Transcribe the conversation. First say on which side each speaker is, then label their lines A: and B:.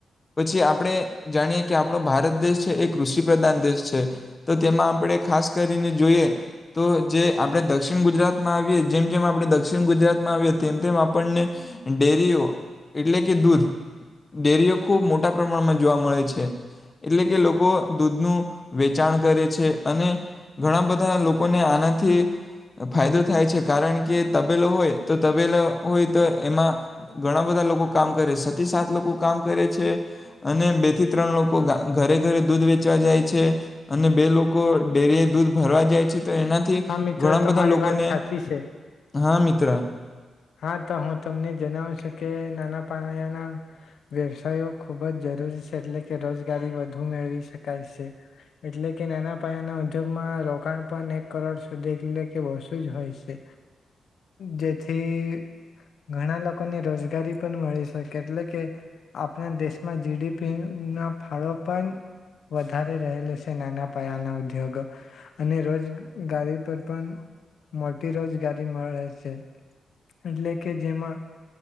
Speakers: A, on the left; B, on the left.
A: પછી આપણે જાણીએ કે આપણો ભારત દેશ છે એ કૃષિ પ્રધાન દેશ છે તો તેમાં આપણે ખાસ કરી રિને જોઈએ તો જે આપણે દક્ષિણ ગુજરાતમાં આવીએ જેમ જેમ આપણે દક્ષિણ ગુજરાતમાં આવીએ તેમ તેમ આપણને ડેરીઓ એટલે કે દૂધ ડેરીઓ ખૂબ મોટા પ્રમાણમાં જોવા મળે છે એટલે કે લોકો દૂધનું વેચાણ કરે છે અને ઘણા બધા લોકોને આનાથી ફાયદો થાય છે કારણ કે તબેલો હોય તો તબેલો હોય તો એમાં ઘણા બધા લોકો કામ કરે છ થી સાત લોકો કામ કરે છે અને બે થી ત્રણ લોકો ઘરે ઘરે દૂધ વેચવા જાય છે અને બે લોકો ડેરી દૂધ ભરવા જાય છે. ત એનાથી
B: હા મિત્રો
A: ઘણા
B: તમારી
A: બધા લોકોને
B: વાત સાચી છે
A: હા મી ત્ર
B: હા તો હું તમને જણાવ શુ. કે નાના પાયાના વ્યવસાયો ખુબ જ જરૂરી છે એટલે કે રોજગારી વધુ મેળવી શકાય છે એટલે કે નાના પાયાના ઉદ્યોગમાં રોકાણ પણ એક કરોડ સુધી એટલે કે બસુ જ હોય છે જેથી થી ઘણા લોકોને રોજગારી પણ મળી શકે એટલે કે આપણા દેશમાં જીડીપી ના ફાળો પણ વધારે રહેલા છે નાના પાયાના ઉદ્યોગો અને રોજગારી પર પણ મોટી રોજગારી મળે છે. એટલે કે જેમાં